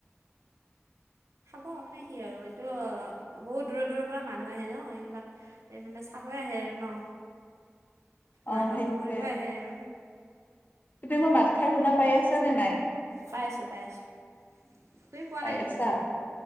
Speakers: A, on the left; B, on the right.
A: <inaudible>
B: অ‌ মানে কি আৰু এইটো বহুত দূৰৰ দূৰৰ পৰা মানুহ আহে ন এইবিলাক মানে চাবই আহে আৰু ন?
A: অ
B: মা দৰ্শন
A: সেইটোৱে
B: কৰিব আহে আৰু।
A: তুমি মই মাত খাৰ শুনা পাই আছা নে নাই?
B: পাই আছো পাই আছো। তুমি পোৱা
A: পাই
B: নাই নেকি?
A: আছা